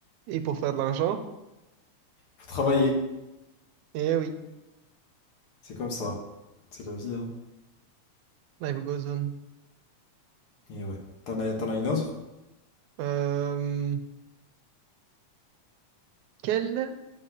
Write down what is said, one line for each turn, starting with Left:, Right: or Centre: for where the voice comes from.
Right: Et pour faire de l'argent,
Left: Faut travailler.
Right: eh oui,
Left: C'est comme ça. C'est la vie, hein.
Right: life goes on.
Left: Et ouais. T'en as, t'en as une autre?
Right: Euh, quel